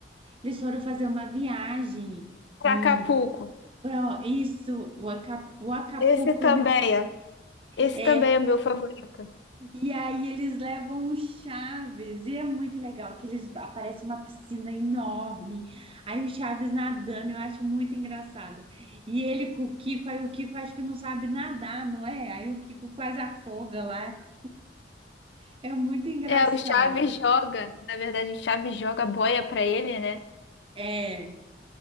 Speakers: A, on the right (about 30°); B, on the left (about 75°).
A: eles foram fazer uma viagem
B: Pra
A: e
B: Acapulco.
A: pra, isso, o Aca- o Acapulco,
B: Esse também.
A: né?
B: é. Esse
A: É,
B: também é meu favorito.
A: E aí eles levam o Chaves, e é muito legal que eles aparece uma piscina enorme. Aí o Chaves nadando, eu acho muito engraçado. E ele com o Kiko, aí o Kiko acho que não sabe nadar, não é? Aí o Kiko quase afoga lá. É muito engraçado.
B: É, o Chaves joga, na verdade, o Chaves joga a boia pra ele, né?
A: É,